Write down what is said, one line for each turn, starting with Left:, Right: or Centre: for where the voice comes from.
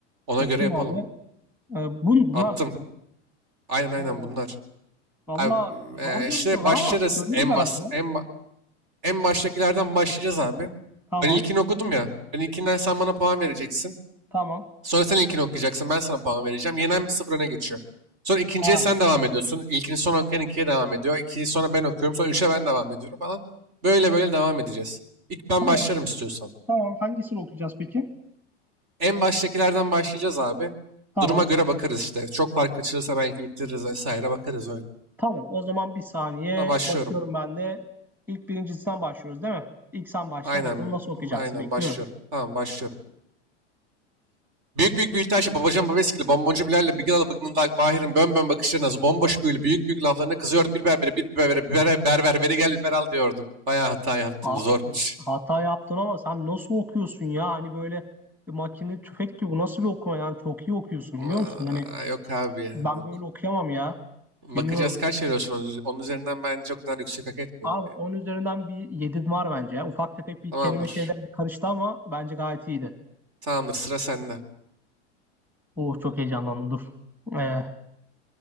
Right: Ona
Centre: Bakayım
Right: göre yapalım.
Centre: abi. Ee, bun, bunlar
Right: Attım.
Centre: değil mi?
Right: Aynen aynen
Centre: Ha.
Right: bunlar.
Centre: Valla
Right: Abi,
Centre: zor
Right: e,
Centre: görünüyorlar
Right: işte başlarız
Centre: ama söyleriz
Right: en
Centre: herhalde.
Right: bas en ba- en baştakilerden başlayacağız abi.
Centre: Tamam.
Right: Ben ilkini okudum ya. Ben ilkinden sen bana puan vereceksin.
Centre: Tamam.
Right: Sonra sen ilkini okuyacaksın. Ben sana puan vereceğim. Yenen bir 0 öne geçiyor. Sonra ikinciye
Centre: Ha.
Right: sen devam ediyorsun. İlkini son okuyan ikiye devam ediyor. İkiyi sonra ben okuyorum. Sonra üçe ben devam ediyorum falan. Böyle böyle devam edeceğiz. İlk ben
Centre: Tamam.
Right: başlarım istiyorsan.
Centre: Tamam. Hangisini okuyacağız peki?
Right: En baştakilerden başlayacağız abi.
Centre: Tamam.
Right: Duruma göre bakarız işte. Çok fark açılırsa belki bitiririz vesaire bakarız öyle.
Centre: Tamam. O zaman bir saniye.
Right: Tamam başlıyorum.
Centre: Bakıyorum ben de. İlk birincisinden başlıyoruz değil mi? İlk sen başla.
Right: Aynen
Centre: Bakalım nasıl okuyacaksın.
Right: aynen
Centre: Bekliyorum.
Right: başlıyorum. Tamam başlıyorum. Büyük büyük büyütaş babacan babeskili bomboncu Bilal'le Bigalı bıgnındak Bahir'in bön bön bakışlarına bomboş büyülü büyük büyük laflarına kızıyordu bir berbere bir berbere bir berbere berber veri gel liberal diyordu. Bayağı hata yaptım
Centre: Abi
Right: zormuş.
Centre: hata yaptın ama sen nasıl okuyorsun ya? Hani böyle makine tüfek gibi bu nasıl bir okuma yani çok iyi okuyorsun
Right: Aa,
Centre: biliyor musun? Hani
Right: yok abi ya
Centre: ben
Right: yok.
Centre: böyle okuyamam ya.
Right: Bakacağız
Centre: Bilmiyorum.
Right: kaç veriyorsun onun üzerinden bence o kadar yüksek hak etmiyordum
Centre: Abi
Right: yani.
Centre: 10 üzerinden bir 7 var bence ya. Ufak tefek bir
Right: Tamamdır.
Centre: kelime şeyler karıştı ama bence gayet iyiydi.
Right: Tamamdır sıra sende.
Centre: Oh çok heyecanlandım dur. Ee,